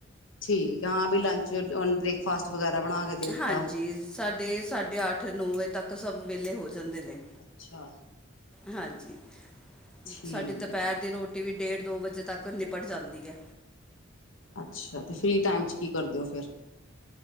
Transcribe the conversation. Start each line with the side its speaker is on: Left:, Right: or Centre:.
Left: ਠੀਕ ਆ, ਹਾਂ ਬੀ ਲੰਚ ਓਨ ਬ੍ਰੇਕ ਫਾਸਟ ਵਗੈਰਾ ਬਣਾ ਕੇ ਦੇ ਦਿੱਤਾ
Centre: ਹਾਂਜੀ ਸਾਡੇ ਸਾਢੇ ਅੱਠ ਨੌ ਵਜੇ ਤੱਕ ਸਭ ਵਿਹਲੇ ਹੋ ਜਾਂਦੇ ਨੇ।
Left: ਅੱਛਾ।
Centre: ਹਾਂਜੀ,
Left: ਠੀਕ
Centre: ਸਾਡੀ ਦੁਪਹਿਰ ਦੀ ਰੋਟ -ਟੀ ਵੀ ਡੇਢ ਦੋ ਵਜੇ ਤੱਕ ਨਿਪਟ ਜਾਂਦੀ ਐ।
Left: ਅੱਛਾ, ਤੇ ਫਰੀ ਟਾਈਮ 'ਚ ਕੀ ਕਰਦੇ ਓ ਫਿਰ